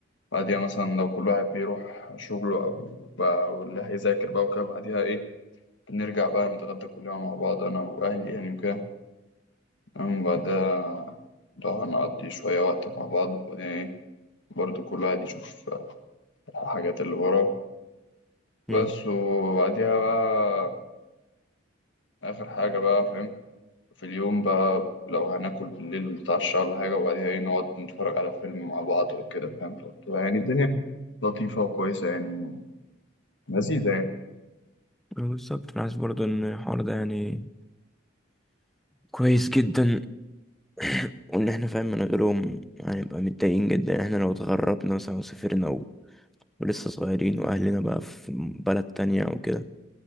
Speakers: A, on the left; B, in the centre.
A: بعديها مثلا لو كل واحد بيروح شغله أو بقى واللي هيذاكر بقى وكده بعديها إيه بنرجع بقى نتغدى كلنا مع بعض أنا وأهلي يعني وكده تمام بعدها لو هنقضي شوية وقت مع بعض وبعدين إيه برضه كل واحد يشوف الحاجات اللي وراه
B: امم
A: بس وبعديها بقى آخر حاجة بقى فاهم في اليوم بقى لو هناكل بالليل نتعشى ولا حاجة وبعديها إيه نقعد نتفرج على فيلم مع بعض وكده فاهم فبتبقى يعني الدنيا لطيفة وكويسة يعني لذيذة
B: بالظبط انا حاسس برضه ان الحوار ده يعني كويس جدا <clears throat> وان احنا فاهم من غيرهم هنبقى متضايقين جدا احنا لو اتغربنا مثلا وسافرنا ولسه صغيرين وأهلنا بقى في بلد تانية وكده